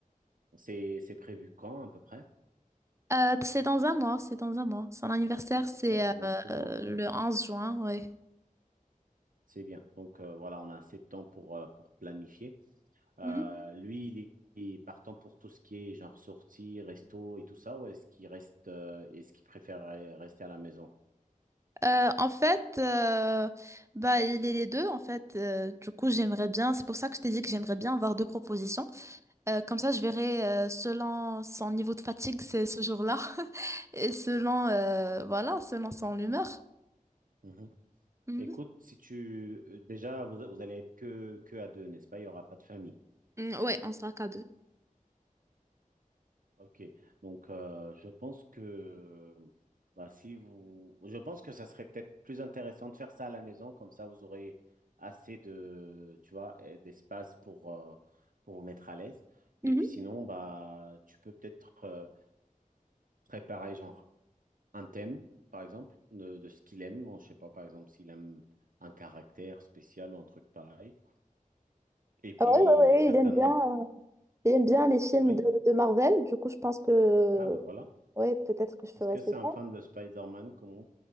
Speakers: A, on the right (about 70°); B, on the right (about 20°).
A: c'est c'est prévu quand à peu près?
B: Euh, c'est dans un mois, c'est dans un mois. Son anniversaire, c'est
A: Ouais,
B: euh,
A: donc c'est bien,
B: euh,
A: on a-
B: le 11 juin, oui.
A: c'est bien. Donc euh, voilà, on a assez de temps pour, euh, pour planifier. Euh,
B: Mhm.
A: lui, il est il est partant pour tout ce qui est genre sortie, resto et tout ça, ou est-ce qu'il reste, euh, est-ce qu'il préfère euh, rester à la maison?
B: Euh, en fait, euh, bah, il est les deux, en fait. Euh, du coup, j'aimerais bien, c'est pour ça que je t'ai dit que j'aimerais bien avoir deux propositions. Euh, comme ça, je verrai euh, selon son niveau de fatigue c'est ce jour-là <laughs> et selon, euh, voilà, selon son humeur.
A: Mhm.
B: Mhm.
A: Écoute, si tu euh, déjà vous, vous allez être que, que à deux, n'est-ce pas? Il n'y aura pas de famille.
B: Mhm. Mm, ouais, on sera qu'à deux.
A: Ok, donc euh, je pense que bah, si vous, je pense que ça serait peut-être plus intéressant de faire ça à la maison, comme ça vous aurez assez de, tu vois, eh, d'espace pour euh, pour vous mettre à l'aise.
B: Mhm.
A: Et puis sinon, bah tu peux peut-être euh, préparer genre un thème, par exemple, de, de ce qu'il aime. Bon, Je sais pas, par exemple, s'il aime un caractère spécial ou un truc pareil. Et puis
B: Ah ouais, ouais, ouais,
A: certainement,
B: il aime bien, euh, il aime bien les films
A: oui.
B: de, de Marvel. Du coup, je pense que
A: Ah bah voilà.
B: Ouais, peut-être que je ferais
A: Est-ce que
B: cette
A: c'est un fan de Spider-Man comme